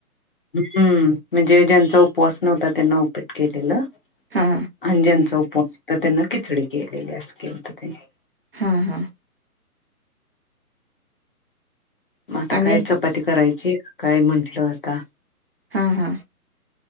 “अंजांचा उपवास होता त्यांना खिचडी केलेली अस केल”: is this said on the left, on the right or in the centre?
Left